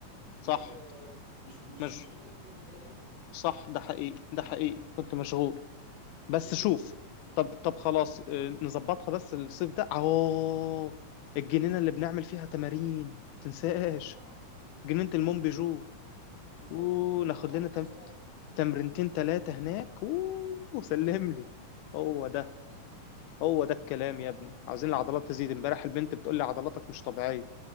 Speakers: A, on the right; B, on the left.
A: وكنت
B: صح
A: آه، مش مش
B: مش
A: مش متاح 100% يعني
B: صح ده حقيقي ده حقيقي كنت مشغول
A: عشان
B: بس
A: كده
B: شوف
A: بقول برضه
B: طب طب خلاص آه، نظبطها بس الصيف ده اهو الجنينة اللي بنعمل فيها تمارين تنساش
A: اه
B: جنينة المونبيجو
A: بالظبط
B: وناخد
A: نكون مع بعض
B: لنا تم...
A: هاجم هارد
B: تمرينتين تلاتة هناك أوه، وسلم لي هو ده
A: يلا بينا
B: هو ده الكلام يا ابني عاوزين العضلات تزيد امبارح البنت بتقول لي عضلاتك مش طبيعية